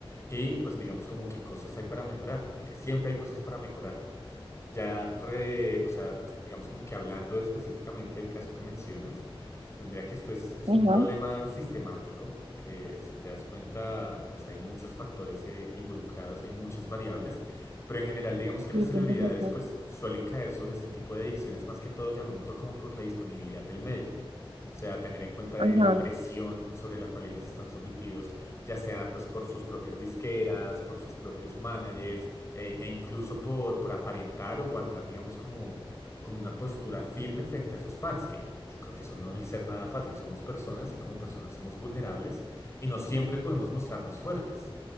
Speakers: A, on the left; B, on the right.
A: y pues digamos como qué cosas hay para mejorar, porque siempre hay cosas para mejorar. Ya, re- o sea, digamos como que hablando específicamente del caso que mencionas, pues mira que esto es, es
B: ajá.
A: un problema sistemático, que si te das cuenta, pues hay muchos factores eh, involucrados, hay muchas variables, pero en general digamos que
B: Sí,
A: las celebridades
B: tienes razón.
A: pues suelen caer sobre este tipo de adicciones, más que todo llamémoslo como por la disponibilidad del medio. O sea, tener en cuenta de
B: Ajá.
A: la presión sobre la cual ellas están sometidos, ya sea pues por sus propias disqueras, por sus propios managers eh, e incluso por, por aparentar o guardar, digamos, como, como una postura firme frente a sus fans, que yo creo que eso no debe ser nada fácil. Somos personas y como personas somos vulnerables y no siempre podemos mostrarnos fuertes.